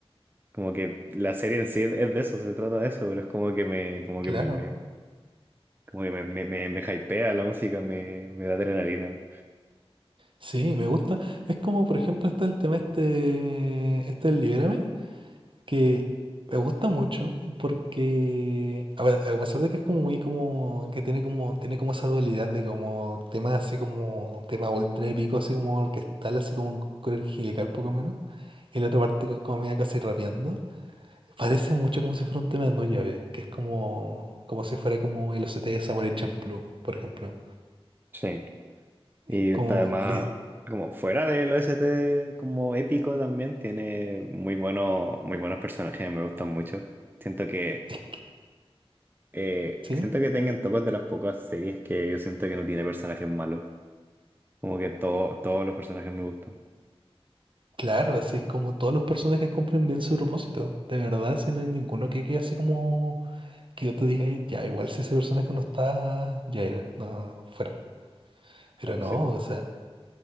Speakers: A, on the right; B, on the right.
A: como que la serie en sí es, es de eso, se trata de eso, pero es como que me, como
B: Claro,
A: que me, me- como que me, me, me- me hypea la música, me, me da adrenalina.
B: sí, me gusta. Es como, por ejemplo, está el tema este, este del Libérame, que me gusta mucho porque, a ver, a pesar de que es como muy como, que tiene como, tiene como esa dualidad de como temas así como, tema ultra épico, así como orquestal, así como un coro angelical poco menos. Y la otra parte que es como media casi rapeando. Parece mucho como si fuera un tema de no llave, que es como, como si fuera como el OCT de Samuel Champloo, por ejemplo.
A: Sí. Y
B: Es como,
A: además,
B: le,
A: como fuera del OST como épico también, tiene muy buenos, muy buenos personajes, me gustan mucho. Siento que
B: es que-
A: Eh,
B: ¿sí?
A: siento que tengan topas de las pocas series que yo siento que no tiene personajes malos. Como que todo, todos los personajes me gustan.
B: Claro, así es como todos los personajes cumplen bien su propósito. De verdad, si no hay ninguno que quede así como que yo te diga digas, ya, igual si ese personaje no está, ya era, no, fuera. Pero
A: Ah, pues
B: no,
A: sí, pues,
B: o sea,